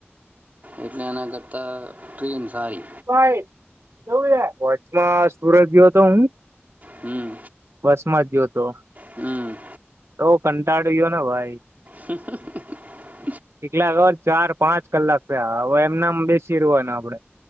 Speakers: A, on the right; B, on the right.
A: એટલે એના કરતા ટ્રેન સારી
B: ભાઈ <unintelligible> સુરત ગયો હતો હું
A: હમ
B: બસ માંજ ગી તો
A: હમ
B: તો કંટાળી ગયો ને ભાઈ
A: હહ હ
B: એકલા ચાર પાંચ કલાક થયા આ હવે એમનામ બેસીરેવાનું આપડે.